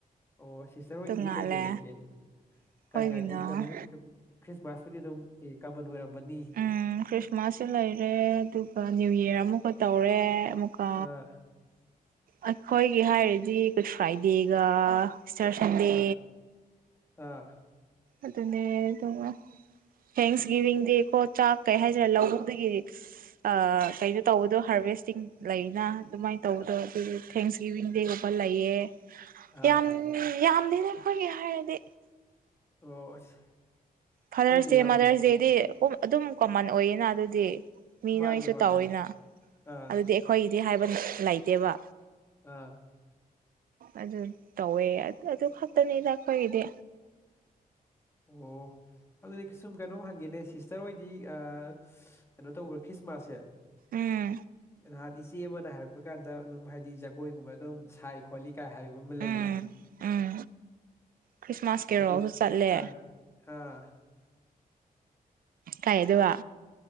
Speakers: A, on the left (about 15°); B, on the right (about 70°).
A: ꯑꯣ ꯁꯤꯁꯇꯔ ꯍꯣꯏꯒꯤꯗꯤ
B: ꯇꯣꯡꯉꯥꯜꯂꯦ
A: ꯀꯩꯀꯩ ꯂꯩꯒꯦ
B: ꯑꯩꯈꯣꯏꯒꯤꯅ
A: ꯒꯥꯟ ꯉꯥꯏꯕꯨꯗꯤ ꯀꯩꯅꯣꯕꯨꯗꯤ ꯈ꯭ꯔꯤꯁꯃꯥꯁꯄꯨꯗꯤ ꯑꯗꯨꯝ ꯀꯃꯟ ꯑꯣꯏꯔꯝꯃꯅꯤ
B: ꯎꯝ ꯈ꯭ꯔꯤꯁꯃꯥꯁꯁꯨ ꯂꯩꯔꯦ ꯑꯗꯨꯒ ꯅꯤꯌꯨ ꯌꯥꯔ ꯑꯃꯨꯛꯀꯥ ꯇꯧꯔꯦ ꯑꯃꯨꯛꯀꯥ
A: ꯑꯥ
B: ꯑꯩꯈꯣꯏꯒꯤ ꯍꯥꯏꯔꯗꯤ ꯒꯨꯗ ꯐ꯭ꯔꯥꯏꯗꯦꯒ ꯏꯁꯇꯔ ꯁꯟꯗꯦ
A: ꯑꯥ ꯑꯥ
B: ꯑꯗꯨꯅꯦ ꯑꯗꯨꯒꯥ ꯊꯦꯡꯁ ꯒꯤꯕꯤꯡꯗꯤꯀꯣ ꯆꯥꯛ ꯀꯩ ꯍꯥꯏꯖꯤꯔꯥ ꯂꯧꯕꯨꯛꯇꯥꯒꯤ ꯑꯥ ꯀꯩꯅꯣ ꯇꯧꯕꯗꯣ ꯍꯥꯔꯚꯦꯁꯇꯤꯡ ꯂꯩꯅ ꯑꯗꯨꯃꯥꯏꯅ ꯇꯧꯕꯗꯣ
A: ꯑꯥ
B: ꯑꯗꯨ ꯊꯦꯡꯁ ꯒꯤꯕꯤꯡ ꯗꯦꯒꯨꯝꯕ ꯂꯩꯌꯦ
A: ꯑꯥ
B: ꯌꯥꯝ ꯌꯥꯝꯗꯤꯗꯥ ꯑꯈꯣꯏꯒꯤ ꯍꯥꯏꯔꯗꯤ
A: ꯑꯣ ꯑꯁ
B: ꯐꯥꯗꯔꯁ
A: ꯍꯣꯏꯅꯦ
B: ꯗꯦ
A: ꯌꯥꯝꯗꯤ
B: ꯃꯥꯗꯔꯁ ꯗꯦꯗꯤ ꯑꯗꯨꯝ ꯀꯣꯃꯟ ꯑꯣꯏꯌꯦꯅ ꯑꯗꯨꯗꯤ ꯃꯤ
A: ꯃꯥꯅꯦ
B: ꯅꯣꯏꯁꯨ
A: ꯃꯥꯅꯦ
B: ꯇꯧꯋꯤꯅ
A: ꯑꯥ
B: ꯑꯗꯨꯗꯤ ꯑꯩꯈꯣꯏꯒꯤꯗꯤ ꯍꯥꯏꯕ ꯂꯩꯇꯦꯕ
A: ꯑꯥ
B: ꯑꯗꯨ ꯇꯧꯋꯦ ꯑꯗꯨ ꯈꯛꯇꯅꯤꯗ ꯑꯥꯈꯣꯏꯒꯤꯗꯤ
A: ꯑꯣ ꯑꯗꯨꯗꯤ ꯁꯨꯝ ꯀꯩꯅꯣꯝ ꯍꯪꯒꯦꯅꯦ ꯁꯤꯁꯇꯔ ꯍꯣꯏꯗꯤ ꯑꯥ ꯀꯩꯅꯣ ꯇꯧꯕ꯭ꯔꯥ ꯈ꯭ꯔꯤꯁꯃꯥꯁꯁꯦ
B: ꯎꯝ
A: ꯅꯍꯥꯟ ꯏꯆꯦ ꯑꯃꯥꯅ ꯍꯥꯏꯔꯛꯄ ꯀꯥꯟꯗ ꯑꯗꯨꯝ ꯍꯥꯏꯗꯤ ꯖꯒꯣꯏꯒꯨꯝꯕ ꯑꯗꯨꯝ ꯁꯥꯏ ꯈꯣꯠꯂꯤ ꯀꯥꯏ ꯍꯥꯏꯕ ꯑꯃ ꯂꯩ
B: ꯎꯝ ꯎꯝ ꯈ꯭ꯔꯤꯁꯃꯥꯁ ꯀꯦꯔꯣꯜꯁꯨ
A: ꯑꯗꯨ
B: ꯆꯠꯂꯦ
A: ꯑꯥ ꯑꯥ
B: ꯀꯩ ꯑꯗꯨꯒꯥ